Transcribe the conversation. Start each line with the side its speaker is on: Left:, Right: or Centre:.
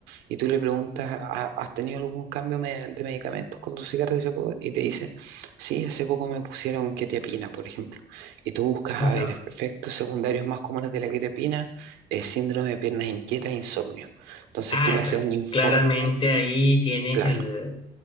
Right: y tú le preguntas, "¿Ha- ¿has tenido algún cambio me- de medicamentos con tu cigarrillo? Y te dice, sí, hace poco me pusieron quetiapina, por ejemplo. Y tú buscas,
Left: Claro.
Right: a ver, efectos secundarios más comunes de la quetiapina, eh, síndrome de piernas inquietas, insomnio. Entonces
Left: Ah,
Right: tú le
Left: eso
Right: haces
Left: es-
Right: un informe,
Left: claramente ahí tienes
Right: claro.
Left: el...